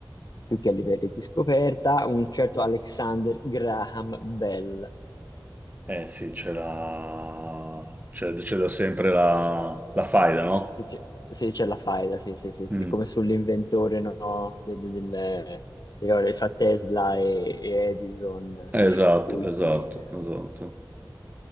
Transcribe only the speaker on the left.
più che a livelli di scoperta, un certo Alexander Graham Bell.
Sì, c'è sì, c'è la faida, sì, sì, sì, sì,
come sull'inventore, no? Del, del, del- del- fra Tesla e, e Edison, eh, dei
circuiti.
eh.